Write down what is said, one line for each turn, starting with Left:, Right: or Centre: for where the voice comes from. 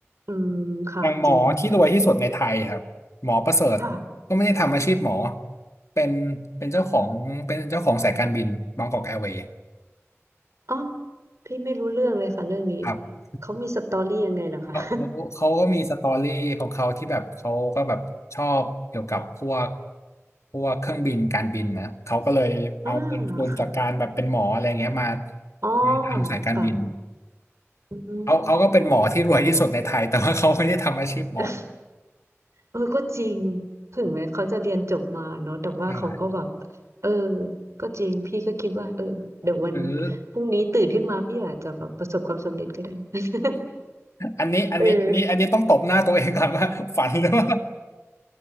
Right: อืมค่ะจริง
Left: อย่างหมอที่รวยที่สุดในไทยครับหมอประเสริฐก็ไม่ได้ทำอาชีพหมอ
Right: ค่ะ
Left: เป็นเป็นเจ้าของเป็นเจ้าของสายการบินบางกอกแอร์เวย์
Right: อ๋อพี่ไม่รู้เรื่องเลยค่ะเรื่องนี้
Left: ครับ
Right: เขามีสตอรี่ยังไงเหรอคะ
Left: เขาเขาเขาก็มีสตอรี่ของเขาที่แบบเขาก็แบบชอบเกี่ยวกับพวกพวกเครื่องบินการบินนะเขาก็เลยเอาเงินทุนจากการแบบเป็นหมออะไรเงี้ยมา
Right: <laughs> อ่าค่ะ อ๋อ
Left: มาทำสายการบิน
Right: ค่ะอื
Left: เขาเขาก็เป็นหมอที่รวยที่สุดในไทยแต่ว่าเขาไม่ได้ทำอาชีพหมอ
Right: มเออก็จริงถึงแม้เขาจะเรียนจบมาเนาะแต่ว่าเขาก็แบบ
Left: ใช่
Right: เออก็จริงพี่ก็คิดว่าเออเดี๋ยววัน
Left: หรือ
Right: พรุ่งนี้ตื่นขึ้นมาพี่อาจจะแบบประสบความสำเร็จก็ได้ <laughs>
Left: อันนี้อันนี้อันนี้อันนี้ต้องตบหน้าตัวเองก่อนว่าฝันหรือว่า
Right: เออ